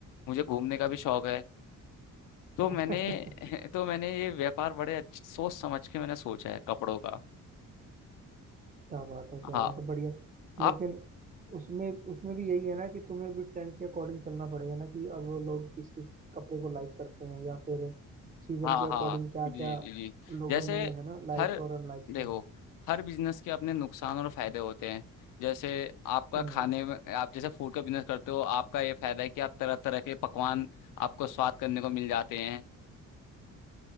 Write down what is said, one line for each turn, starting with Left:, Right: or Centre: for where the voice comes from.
Left: मुझे घूमने का भी शौक है तो
Right: जी।
Left: मैंने <laughs> तो मैंने ये व्यापार बड़े अच्छे सोच समझ के मैंने सोचा है कपड़ों का
Right: <laughs> क्या बात है क्या
Left: हाँ
Right: बात है बढ़िया लेकिन
Left: आप
Right: उसमें उसमें भी यही है ना कि तुम्हें भी ट्रेंड के अकॉर्डिंग चलना पड़ेगा ना कि अब वो लोग किस किस कपड़े को लाइक करते हैं या फिर सीजन
Left: हाँ
Right: के
Left: हाँ
Right: अकॉर्डिंग क्या
Left: जी
Right: क्या
Left: जी जी
Right: लोगों
Left: जैसे
Right: में है ना लाइक्स
Left: हर
Right: और अनलाइक्स
Left: देखो
Right: हैं
Left: हर बिजनेस के अपने नुकसान और फायदे होते हैं जैसे आपका
Right: हम्म
Left: खाने में आप जैसे फूड का बिजनेस करते हो आपका ये फायदा है कि आप तरह तरह के पकवान आपको स्वाद करने को मिल जाते हैं